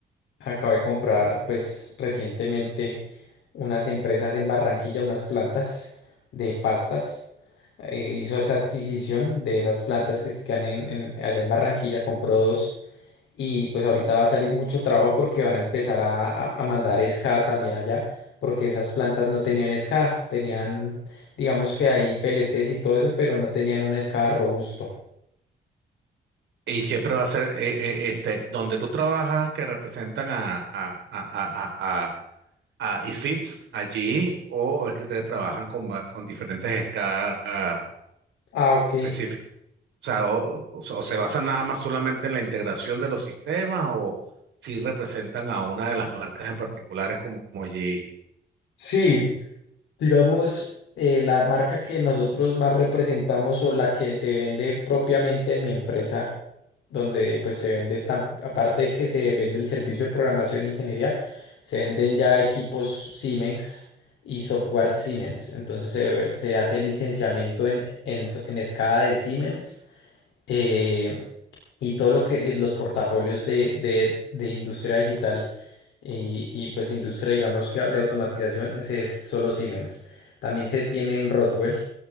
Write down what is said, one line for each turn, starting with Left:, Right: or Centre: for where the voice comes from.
Left: Acabo de comprar, pues, recientemente unas empresas en Barranquilla, unas plantas de pastas. Eh, hizo esa adquisición de esas plantas que están en, en- allá en Barranquilla, compró dos. Y pues ahorita va a salir mucho trabajo porque van a empezar a, a- a mandar escada también allá, porque esas plantas no tenían escada, tenían, digamos que ahí PLCs y todo eso, pero no tenían un escada robusto.
Right: Y siempre va a ser eh, eh, este, donde tú trabajas que representan a, a, a, a, a, a- IFITS allí o es que ustedes trabajan con, va- con diferentes escalas
Left: Ah, ok.
Right: específicas. O sea, o, o- o se basan nada más solamente en la integración de los sistemas o si representan a una de las marcas en particulares como GE.
Left: Sí, Digamos, eh, la marca que nosotros más representamos o la que se vende propiamente en mi empresa, donde pues se vende, tam- aparte de que se vende el servicio de programación e ingeniería, se venden ya equipos Siemens y software Siemens. Entonces se, se hace licenciamiento en, en, so- en escala de Siemens eh, y todo lo que los portafolios de, de de industria digital y, y, pues industria, digamos que de automatización, ese es solo Siemens. También se tiene en Rodwell,